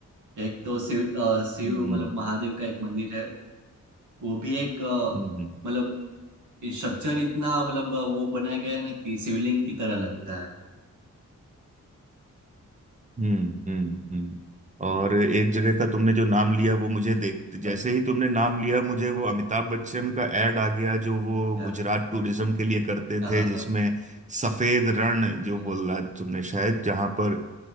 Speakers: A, on the right (about 70°); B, on the right (about 25°).
A: एक तो शिव अ, शिव
B: हम्म
A: मतलब महादेव का एक मंदिर है वो भी एक अ,
B: हम्म
A: मतलब स्ट्रक्चर इतना मतलब अ, वो बनाया गया है ना कि शिवलिंग की तरह लगता है
B: हम्म हम्म हम्म
A: हम्म,
B: और एक जगह का तुमने जो नाम लिया वो मुझे देख जैसे
A: पर
B: ही तुमने नाम लिया मुझे वो अमिताभ बच्चन का एड आ गया जो वो
A: क्या
B: गुजरात टूरिज्म के लिए करते
A: अच्छा
B: थे
A: हाँ
B: जिसमें
A: हाँ
B: सफेद रण जो
A: हाँ
B: बोला तुमने शायद जहां पर